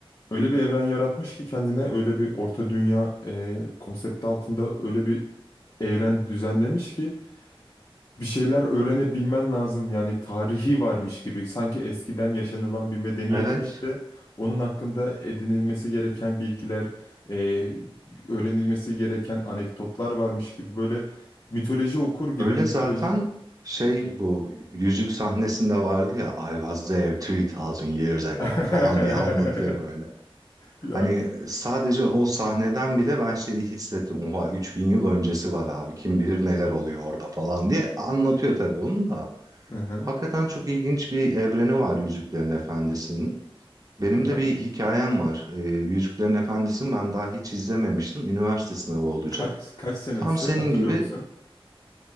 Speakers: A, on the left; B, on the right.
A: öyle bir evren yaratmış ki kendine öyle bir orta dünya e, konsepti altında öyle bir evren düzenlemiş ki bir şeyler öğrenebilmen lazım. Yani tarihi varmış gibi sanki eskiden yaşanılan bir medeniyetmiş
B: Evet
A: de onun hakkında edinilmesi gereken bilgiler, e, öğrenilmesi gereken anekdotlar varmış gibi böyle mitoloji okur gibi
B: Öyle
A: mitolojik
B: zaten şey bu yüzük sahnesinde vardı ya I was there 3000 years ago
A: <laughs>
B: falan diye anlatıyor böyle.
A: ya
B: Hani sadece o sahneden bile ben şeyi hissettim. Oha 3000 yıl öncesi var abi kim bilir neler oluyor orada falan diye anlatıyor tabii onun da.
A: hı hı.
B: Hakikaten çok ilginç bir evreni var Yüzüklerin Efendisi'nin. Benim
A: yani
B: de bir hikayem
A: hı.
B: var. Ee, Yüzüklerin Efendisi'ni ben daha hiç izlememiştim. Üniversite sınavı olacak.
A: kaç kaç senesi
B: Tam senin
A: hatırlıyor
B: gibi
A: musun?